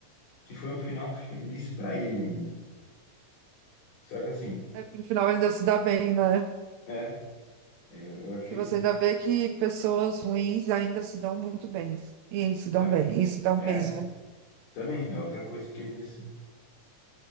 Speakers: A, on the left; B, on the right.
A: que foi um final feliz pra ele ainda. Só que, assim,
B: É que no final ainda se dá bem, né?
A: é, eu, eu achei
B: Que você
A: que eles.
B: ainda vê que pessoas ruins ainda se dão muito bem. E se
A: Então,
B: dão bem, e se dão
A: essa
B: mesmo.
A: também é outra coisa que eles